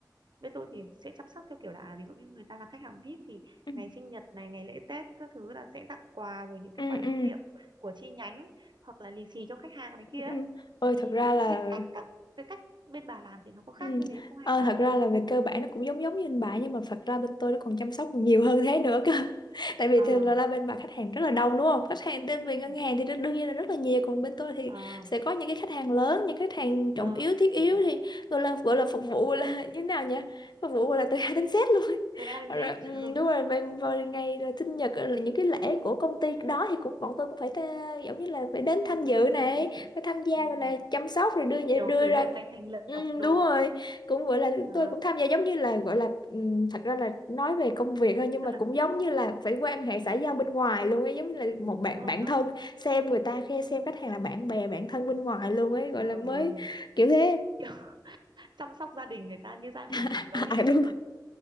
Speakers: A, on the right (about 85°); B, on the left (about 75°).
A: bên tôi thì sẽ chăm sóc theo kiểu là à, ví dụ như người ta là khách hàng VIP thì
B: ừ
A: ngày sinh nhật này ngày lễ Tết các thứ là sẽ tặng quà rồi những cái
B: ừ
A: quà lưu
B: ừ
A: niệm của chi nhánh hoặc là lì xì cho khách hàng này kia
B: ừ
A: ấy
B: ừ. ôi
A: thì
B: thật ra là
A: cái cách các cái cách bên bà làm thì nó có khác
B: Ừ.
A: như thế không hay
B: Ờ,
A: là
B: thật ra là về cơ bản nó cũng giống giống như bên bà nhưng mà thật ra bên tôi nó còn chăm sóc nhiều hơn thế nữa cơ <laughs> tại vì
A: ờ
B: thường là, là bên bà khách hàng rất là đông đúng không khách hàng đến về
A: ừ,
B: ngân hàng thì đương đương nhiên là rất là nhiều còn bên tôi thì
A: ờ
B: sẽ có những cái khách hàng lớn những khách hàng
A: lớn
B: trọng yếu thiết yếu
A: ừ,
B: thì gọi là gọi là phục vụ là <laughs> như thế nào nhỉ phục vụ là từ <laughs> A đến Z luôn
A: từ A đến
B: rồi, ừ,
A: Z
B: đúng rồi về, về ngày là sinh nhật ờ, là những cái lễ của công ty đó thì cũng bọn tôi cũng phải ta, giống như là phải đến tham dự
A: <laughs>
B: này
A: ừ,
B: phải tham gia
A: ừ,
B: rồi là chăm sóc rồi đưa
A: kiểu
B: đưa
A: kỷ
B: ra
A: niệm ngày thành lập
B: Ừ,
A: đồ
B: đúng rồi
A: đúng không
B: cũng gọi là
A: à,
B: tôi cũng tham gia giống như là gọi là ừm, thật ra là nói về công việc thôi nhưng
A: tức
B: mà
A: là
B: cũng giống như là phải quan hệ xã giao bên ngoài luôn ấy giống như là
A: ừ,
B: một bạn
A: đúng rồi
B: bạn
A: đó
B: thân xem người ta khe xem khách hàng là bạn bè bạn thân bên ngoài luôn ấy gọi
A: ờ,
B: là mới
A: ờ.
B: kiểu thế
A: kiểu <laughs> chăm sóc gia đình người ta như gia đình
B: <laughs>
A: mình vậy
B: à, đúng rồi.